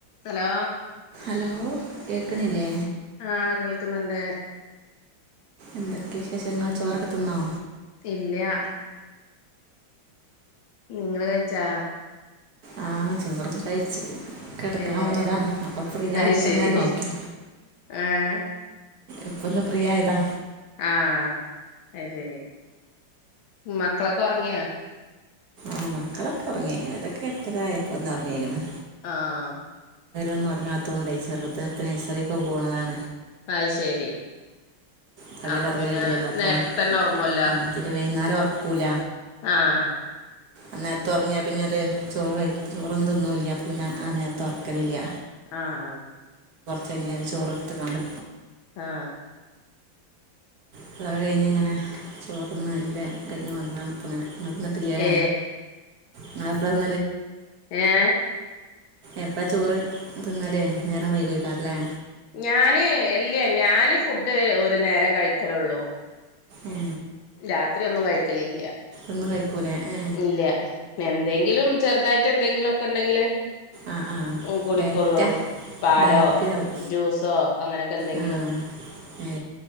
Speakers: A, on the left; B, on the right.
A: ഹലോ
B: ഹലോ കേൾക്കണില്ലേ
A: ആഹ് കേൾക്കുന്നുണ്ട്
B: എന്തൊക്കെ വിശേഷങ്ങൾ ചോറൊക്കെ തിന്നോ
A: ഇല്ല നിങ്ങള് കഴിച്ചാ
B: ആ ചോറൊക്കെ കഴിച്ചു കെടക്കാൻ
A: ഏഹ്
B: വന്നതാണ് അപ്പൊ ഫ്രീ
A: അത്
B: ആയപ്പോ
A: ശരി
B: ഇങ്ങനെ നോക്കി
A: ഏഹ്
B: ഇപ്പ ഒന്ന് ഫ്രിയായതാ
A: ആ അഅ് ശരി മക്കളൊക്കെ ഉറങ്ങിയോ
B: ആ മക്കളൊക്കെ ഉറങ്ങി ഓലൊക്കെ എട്ടരായപ്പന്നെ ഉറങ്ങിക്ക്ണ്
A: ആഹ്
B: ഇന്ന ഉറങ്ങാത്തോണ്ട് ചെറുത് പ്പോ നഴ്സറിക്കൊ പോണതാണ്
A: അഹ് ശരി
B: പകൽ
A: അപ്പൊ
B: ഉറങ്ങലില്ലല്ലോ
A: പിന്നെ
B: അപ്പ
A: നേരത്തെ തന്നെ ഉറങ്ങുവല്ലോ
B: ആ പിന്നെ വൈകുന്നേരം ഉറക്കൂല
A: ആ ആ
B: ആ നേരത്ത് ഉറങ്ങിയാ പിന്നെ ഒരു ചോറ് കഴി ചോറെന്നും തിന്നൂല്ല പിന്നെ ആ നേരത്തെ ഉറക്കലില്ല
A: ആ ആ
B: ചനിയേന് ചോറ് എടുത്ത്ക്കാണ്ട്
A: ആ
B: അത് കഴിഞ്ഞ് ഇങ്ങനെ ചോറ്ന്ന് എല്ല കഴിഞ്ഞ് വന്നതാണ് ഇപ്പ ഇങ്ങനെ നിങ്ങൾ തിന്നിട്ടില്ലേ
A: ഏ
B: നിങ്ങളെപ്പോഴാണ്
A: ഏ
B: എപ്പാ ചോറ് തിന്നാല് നേരം വൈകോയിക്കാറല്ലേ
A: ഞാന് ഇല്ലയ ഞാന് ഫുഡ് ഒരു നേരം കഴിക്കലള്ളൂ
B: ഏ
A: രാത്രി ഒന്നും കഴിക്കല് ല്ല
B: ഒന്നും കഴിക്കൂലേ ഏ
A: ഇല്ല എന്തെങ്കിലും ചെറുതായിട്ട് എന്തങ്കിലൊ ക്കെ ണ്ടെങ്കില്
B: ആ ആ
A: ഉം കുടിക്കൊള്ളൂ
B: ഡയറ്റാ
A: പാലോ
B: ഡയറ്റ് ആവും
A: ജ്യൂസോ അങ്ങനൊക്കെ എന്തെങ്കിലും
B: ആ ഏ